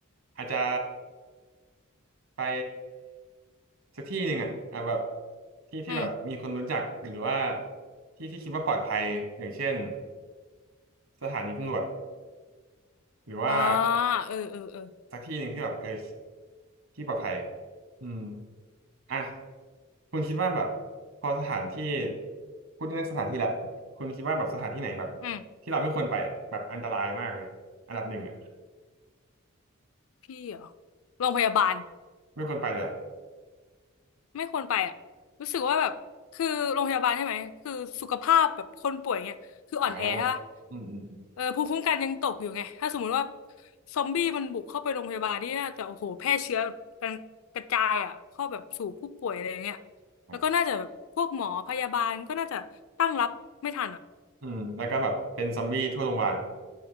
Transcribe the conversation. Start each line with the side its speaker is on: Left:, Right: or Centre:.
Right: อาจจะไปสักที่หนึ่งอ่ะอ่ะแบบที่ที่แบบมีคนรู้จักหรือว่า
Left: อืม
Right: ที่ที่คิดว่าปลอดภัยอย่างเช่นสถานีตำรวจหรือว่า
Left: อ๋อเออเออเออ
Right: สักที่หนึ่งที่แบบเออที่ปลอดภัยอืมอ่ะ คุณคิดว่าแบบพอสถานที่พูดเรื่องสถานที่ละคุณคิดว่าแบบสถานที่ไหนแบบ
Left: อืม
Right: ที่เราไม่ควรไปอ่ะแบบอันตรายมากเลยอันดับหนึ่งอ่ะ
Left: พี่เหรอโรงพยาบาล
Right: ไม่ควรไปเลยอ่ะ
Left: ไม่ควรไปอ่ะรู้สึกว่าแบบคือโรงพยาบาลใช่ไหมคือสุขภาพแบบคนป่วยเนี่ยคืออ่อนแอใช่ปะ
Right: อ่าอืมอืม
Left: เออภูมิคุ้มกันยังตกอยู่ไงถ้าสมมุติว่าซอมบี้มันบุกเข้าไปโรงพยาบาลนี่น่าจะโอ้โหแพร่เชื้อกันกระจายอ่ะเข้าแบบสู่ผู้ป่วยอะไรอย่างเงี้ย
Right: อืม
Left: แล้วก็น่าจะแบบพวกหมอพยาบาลก็น่าจะตั้งรับไม่ทันอ่ะ
Right: อืมแล้วก็แบบเป็นซอมบี้ทั่วโรงพยาบาล